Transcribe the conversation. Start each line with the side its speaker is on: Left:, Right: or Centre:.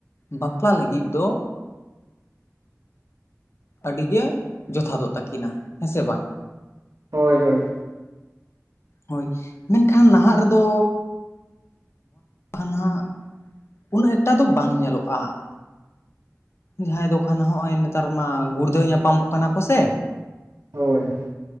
Left: ᱵᱟᱯᱞᱟ ᱞᱟᱹᱜᱤᱫ ᱫᱚ
Right: <unintelligible>
Left: ᱟᱹᱰᱤ ᱜᱮ ᱡᱚᱛᱷᱟᱛ ᱫᱚᱜ ᱛᱟᱹᱠᱤᱱᱟ ᱦᱮᱸ ᱥᱮ ᱵᱟᱝ?
Right: ᱦᱳᱭ ᱦᱳᱭ᱾
Left: ᱦᱳᱭ ᱢᱮᱱᱠᱷᱟᱱ ᱱᱟᱦᱟᱜ ᱨᱮᱫᱚ ᱦᱟᱱ ᱦᱟᱸᱜ ᱩᱱᱟᱹᱜ ᱮᱠᱴᱟ ᱫᱚ ᱵᱟᱝ ᱧᱮᱞᱚᱜᱼᱟ ᱦᱟᱸᱜ᱾ ᱡᱟᱦᱟᱸᱭ ᱫᱚᱠᱟᱱ ᱱᱚᱜ-ᱚᱭ ᱱᱮᱛᱟᱨ ᱢᱟ ᱜᱩᱲᱫᱟᱹᱣ ᱧᱟᱯᱟᱢᱚᱜ ᱠᱟᱱᱟ ᱠᱚᱥᱮ᱾
Right: ᱦᱳᱭ᱾